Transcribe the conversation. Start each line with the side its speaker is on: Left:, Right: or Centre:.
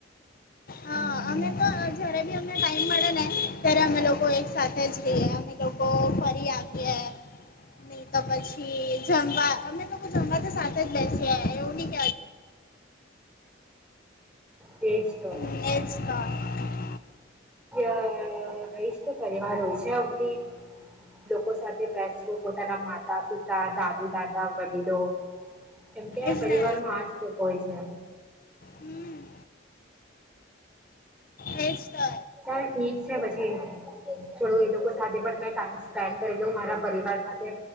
Left: હા
Centre: હમ્મ,
Left: અમે તો જયારે બી અમને ટાઈમ મળે ને, ત્યારે અમે લોકો એક સાથે જ જઈએ. લોકો ફરી આપએ, નહીં તો પછી જમવા અમે લોકો જમવા તો સાથે જ લઈસી એવું ન
Centre: એજ તો.
Left: ચતા <unintelligible>
Centre: અ આઈશ તો પરિવાર હોય છે અમની લોકો સાથે પેસબુક. પોતાના માતા પિતા દાદી દાદા વડીલો, કેમકે
Left: એજ
Centre: પરિવારમાં
Left: ને
Centre: આજ હોય છે.
Left: હમ. એજ તો.
Centre: ચાલ ઠીક છે પછી. થોડો એ લોકો સાથે પણ મેં ટાઈમ સ્પેન્ડ કરી લઉ મારા પરિવાર સાથે.